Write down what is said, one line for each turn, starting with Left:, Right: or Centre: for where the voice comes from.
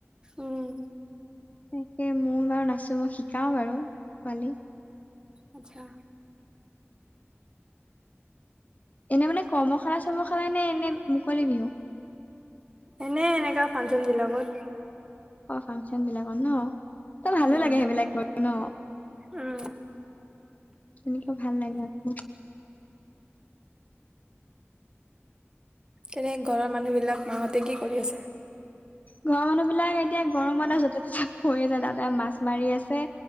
Right: উম।
Left: তাকে মইও বাৰু নাচো, শিকাও বাৰু পোৱালী।
Right: আচ্ছা।
Left: এনে মানে কৰ্মশালা-চৰ্মশালা নে, এনে মুকলি বিহু?
Right: এনে এনেকা ফাংচন বিলাকত।
Left: অ', ফাংচন বিলাকত ন', ত' ভালোঁ
Right: উম,
Left: লাগে সেইবিলাক কৰি ন'?
Right: উম,
Left: তেনেকে ভাল লাগে আকৌ।
Right: তেনে ঘৰৰ মানুহবিলাক, মাহঁতে কি কৰি আছে?
Left: ঘৰৰ মানুহ বিলাক এতিয়া গৰমতটা য'তে-ত'তে পৰি আছে, দাদাই মাছ মাৰি আছে।